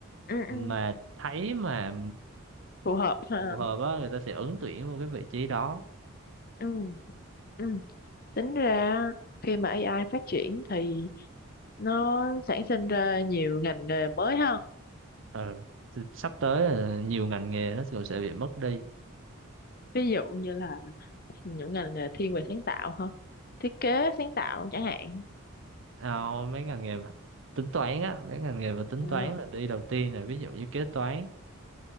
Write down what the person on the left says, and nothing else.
ừ,
ừ.
Phù hợp ha.
Ừ, ừ. Tính ra khi mà AI phát triển thì nó sản sinh ra nhiều ngành nghề mới ha.
Ví dụ như là những ngành nghề thiên về sáng tạo hơn thiết kế sáng tạo chẳng hạn
Ờ,